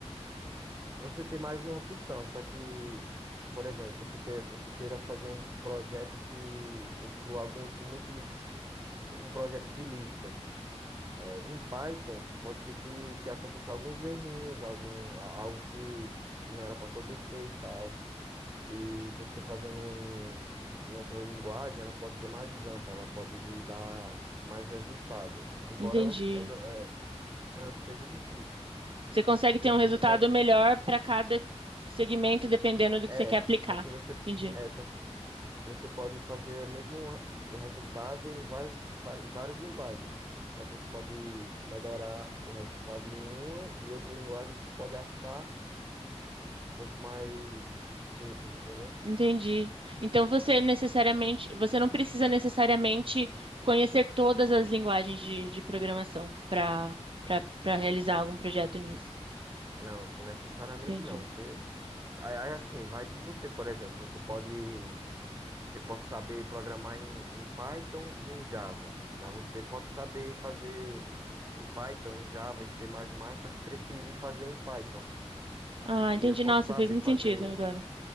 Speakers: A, on the right; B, on the right.
A: Você tem mais de uma opção, só que, por exemplo, você quer, você queira fazer um, um projeto que inclua alguns, muitos, um projeto de listas. É, em Python, pode ser que, que aconteça alguns errinhos, algum, a- algo que, que não era para acontecer e tal. E você fazendo em, em outra linguagem, ela pode ser mais ampla, ela pode lhe dar mais resultado, embora
B: Entendi.
A: ela, ela, ela seja difícil.
B: Você consegue
A: Só
B: ter
A: que
B: um resultado
A: você pode,
B: melhor para cada segmento, dependendo do que
A: é,
B: você quer aplicar.
A: só que você
B: Entendi.
A: é, só Você pode fazer o mesmo o resultado em várias, var- em várias linguagens. Será que você pode melhorar o resultado em uma e outra linguagem você pode achar um pouco mais simples, entendeu?
B: Entendi. Então você necessariamente, você não precisa necessariamente conhecer todas as linguagens de, de programação para para para realizar algum projeto nisso.
A: Não, necessariamente
B: Entendi.
A: não. Você aí aí, assim, vai de você, por exemplo, você pode eu posso saber programar em, em Python e em Java. Já você pode saber fazer em Python, em Java, em C++, só que preferir fazer em Python.
B: Ah,
A: E
B: entendi.
A: eu posso
B: Nossa,
A: saber
B: fez muito
A: fazer
B: sentido agora.